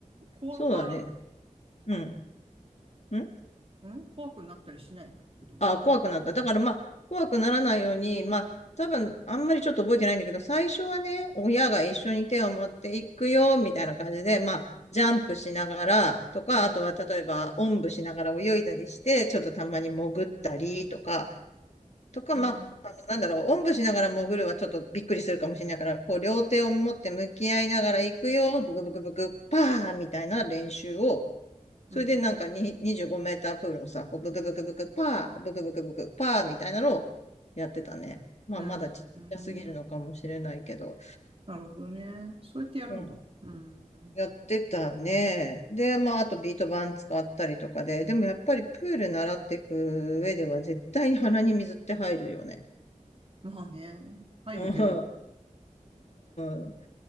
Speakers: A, on the right; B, on the left.
A: 怖からない。
B: そうだね。うん。ん
A: ん怖くなったりしないの子供は。
B: ああ、怖くなった。だからまあ、怖くならないように、まあ、多分、あんまりちょっと覚えてないんだけど、最初はね、親が一緒に手を持っていくよ、みたいな感じで、まあ、ジャンプしながらとか、
A: うん。
B: あとは例えば、おんぶしながら泳いだりして、ちょっとたまに潜ったりとか、とか、
A: うん。
B: まあ、あのなんだろう、おんぶしながら潜るはちょっとびっくりするかもしれないから、こう、両手を持って向き合いながら行くよ、ブクブクブク、パーみたいな練習を
A: うん。
B: それでなんかに25メータープールをさ、こうブクブクブクパー、ブクブクブクパーみたいなのをやってたね。まあまだちっちゃすぎるのかもしれないけど。
A: うん。うんなるほどね。そうやってやるんだ。
B: うん。
A: うん。
B: やってたね。で、まああとビート板使ったりとかで。でもやっぱりプール習っていく上では絶対に鼻に水って入るよね。
A: まあね。入るけど、
B: うん。うん。